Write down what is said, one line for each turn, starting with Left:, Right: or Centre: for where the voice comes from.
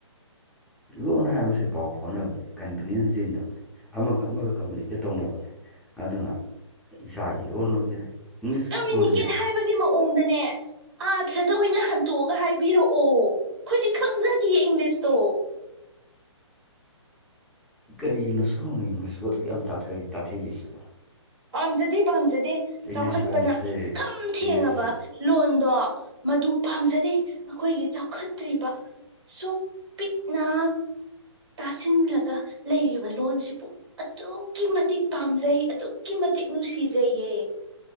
Centre: ꯂꯣꯟ ꯍꯥꯏꯕꯁꯤ ꯄꯥꯎ ꯐꯥꯎꯅꯕꯅꯤ ꯀꯟꯚꯤꯅꯦꯟꯁ ꯌꯦꯡꯅꯕꯅꯤ ꯑꯃꯒ ꯑꯃꯒ ꯀꯝꯃꯨꯅꯤꯀꯦꯠ ꯇꯧꯅꯕꯅꯤ ꯑꯗꯨꯅ ꯏꯁꯥꯒꯤ ꯏꯔꯣꯜ ꯑꯣꯏꯒꯦꯔꯥ ꯏꯪꯂꯤꯁꯀꯤ
Right: ꯀꯃꯌꯨꯅꯤꯀꯦꯠ
Centre: ꯂꯣꯟꯒꯦꯔꯥ
Right: ꯍꯥꯏꯕꯒꯤ ꯃꯑꯣꯡꯗꯅꯦ ꯑꯥꯊ꯭ꯔꯗ ꯑꯣꯏꯅ ꯍꯟꯇꯣꯛꯑꯒ ꯍꯥꯏꯕꯤꯔꯛꯑꯣ ꯑꯣ ꯑꯩꯈꯣꯏꯗꯤ ꯈꯪꯖꯗꯤꯌꯦ ꯏꯪꯂꯤꯁꯇꯣ
Centre: ꯀꯔꯤꯒꯤꯅꯣ ꯁꯣꯝꯅ ꯏꯂꯤꯁꯄꯣ ꯑꯗꯨꯛ ꯌꯥꯝ ꯇꯥꯊ ꯇꯥꯊꯤꯔꯤꯁꯤꯕꯣ
Right: ꯄꯥꯝꯖꯗꯦ ꯄꯥꯝꯖꯗꯦ
Centre: ꯏꯪꯂꯤꯁ
Right: ꯆꯥꯎꯈꯠꯄꯅ
Centre: ꯍꯥꯏꯕꯁꯦ
Right: ꯈꯝ ꯊꯦꯡꯉꯕ
Centre: ꯏꯪꯂꯤꯁ
Right: ꯂꯣꯟꯗꯣ ꯃꯗꯨ ꯄꯥꯝꯖꯗꯦ ꯑꯩꯈꯣꯏꯒꯤ ꯆꯥꯎꯈꯠꯇ꯭ꯔꯤꯕ ꯁꯨꯛ ꯄꯤꯛꯅ ꯇꯥꯁꯤꯜꯂꯒ ꯂꯩꯔꯤꯕ ꯂꯣꯟꯁꯤꯕꯨ ꯑꯗꯨꯛꯀꯤ ꯃꯇꯤꯛ ꯄꯥꯝꯖꯩ ꯑꯗꯨꯛ ꯑꯗꯨꯛꯀꯤ ꯃꯇꯤꯛ ꯅꯨꯡꯁꯤꯖꯩꯌꯦ